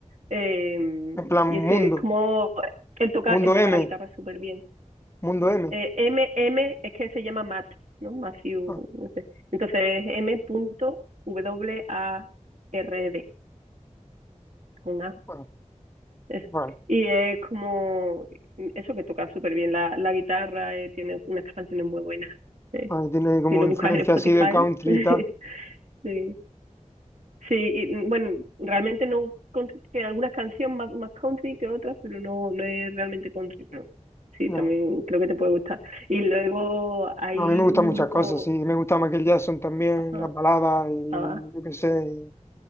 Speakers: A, on the right (about 70°); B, on the left (about 20°).
A: Eh,
B: en plan
A: y
B: mundo,
A: ese es como él toca,
B: mundo
A: él toca
B: M,
A: la guitarra súper bien.
B: mundo M.
A: Eh, M, M es que se llama Matt, ¿no? Matthew,
B: Ah,
A: no sé. Entonces es M punto w a r d con A.
B: bueno,
A: Es-
B: vale.
A: y es como eso que toca súper bien la, la guitarra, eh, tiene unas canciones muy buenas. Eh,
B: Ah, tiene como
A: si lo
B: influencia
A: buscas en Spotify,
B: así de country
A: <laughs>
B: y tal.
A: sí, Sí, y, mm, bueno, realmente no, country, que algunas canciones más, más country que otras, pero no, no es realmente country, pero sí,
B: No.
A: también creo que te puede gustar. Y luego hay
B: No, a mí me
A: un
B: gustan muchas
A: grupo,
B: cosas, sí. Me gusta Michael Jackson también,
A: ajá,
B: las baladas y
A: ah,
B: yo qué sé. y